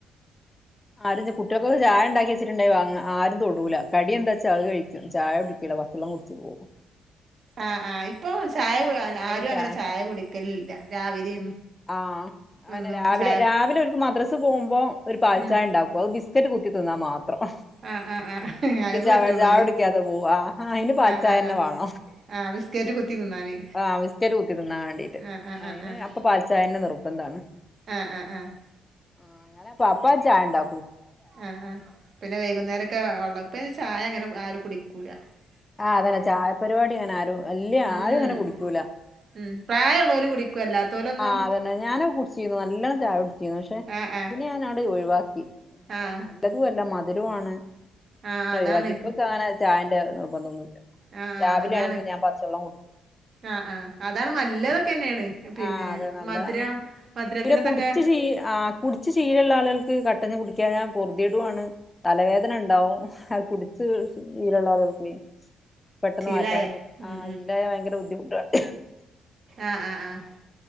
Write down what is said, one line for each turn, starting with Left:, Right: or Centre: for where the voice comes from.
Left: ആരും <unintelligible> കുട്ടികക്കൊക്ക ചായ ഉണ്ടാക്കി വെച്ചിട്ടുണ്ടായി വന്ന് ആരും തൊടൂല കടി എന്താ വെച്ചാ അത് കഴി ചായ കുടിക്കൂല പച്ചെള്ളം കുടിച്ചു പോകും
Right: ആഹ് ആഹ് ഇപ്പൊ ചായ
Left: <unintelligible>
Right: കു ആരും അങ്ങനെ ചായ കുടിക്കലില്ല രാവിലെയും
Left: ആ ആനെ
Right: ഒന്നും
Left: രാവിലെ
Right: ചായ
Left: രാവിലെ അവര്ക്ക് മദ്രസ പോകുമ്പോ ഒരു പാൽചായ
Right: ഉം
Left: ഇണ്ടാക്കും അത് ബിസ്കറ്റ് കുത്തി തിന്നാ മാ <unintelligible>
Right: ആഹ് ആഹ് ആഹ്
Left: എന്നിട്ട്
Right: അത്
Left: <unintelligible> ചായകുടിക്കാതെ
Right: പറ്റുള്ളൂല്ലേ
Left: പോവാ ആ അയിന് പാൽച്ചായ
Right: ആഹ് ആഹ്
Left: തന്നെ
Right: ആഹ്
Left: വേണോ
Right: ആഹ് ബിസ്കറ്റ് കുത്തി തിന്നാന്
Left: ആഹ് വിസ്കറ്റ് കൂത്തി തിന്നാൻ വേണ്ടീട്ട്
Right: ആഹ് ആഹ്
Left: അയിന്
Right: ആഹ് ആഹ്
Left: അപ്പൊ പാൽച്ചായന്നാ നിർബദ്ധ ആണ്.
Right: ആഹ് ആഹ് ആഹ്
Left: ആഹ് അങ്ങനെ പപ്പാ ചായ ഇണ്ടാ
Right: ആ ആ പിന്നെ വൈകുന്നേരം ഒക്കെ ഉള്ള ഇപ്പ ചായ ഇങ്ങനെ ആരും കുടിക്കൂ <unintelligible>
Left: ആഹ് അതാല്ലെ ചായ പരിപാടി അങ്ങനെ ആരോ വല്ല്യ
Right: ഉം
Left: ആരും അങ്ങനെ കുടിക്കൂല
Right: ഉം പ്രായള്ളോല് കുടിക്കും അല്ലാത്തോലൊന്നും
Left: ആ അതന്നെ ഞാനും കുടിച്ചിരുന്നു. നല്ലവണ്ണം ചായ കുടിച്ചിരുന്നു പക്ഷെ
Right: ആഹ് ആഹ്
Left: പിന്നെ ഞാൻങ്ങാണ്ട് ഒഴുവാക്കി
Right: ആഹ്
Left: നല്ലതും അല്ല മ
Right: ആഹ്
Left: <unintelligible>
Right: അതാണ്
Left: <unintelligible> ഇപ്പൊ കാണാ ചായന്റ <unintelligible>
Right: ആഹ്
Left: രാവിലെ
Right: അതാണ്
Left: ആണെങ്കിൽ ഞാൻ പച്ചവെള്ളം കുടിക്കും.
Right: ആഹ് ആഹ് അതാണ് നല്ലതൊക്കെന്നേണ്
Left: ഉം
Right: പിന്നെ
Left: ആ അതെ നല്ലതാണ്
Right: മധുരം മധുരത്തിനതൊക്കെ
Left: പിന്നെ കുടിച്ച് ശീ ആ കുടിച്ചു ശീലള്ള ആളുകൾക്ക് കട്ടനും കുടിക്കാനാ <unintelligible> ആണ് തലവേദന ഇണ്ടാവും. അത് കുടിച്ച് ശീലള്ള ആള്കൾക്ക് <unintelligible> പെട്ടെന്ന്
Right: ശീലായ
Left: മാറ്റാനും
Right: ഉം
Left: ആ ശീലായ ഭയങ്കര ബുദ്ധിമുട്ടാണ്.
Right: ആഹ ആഹ് ആഹ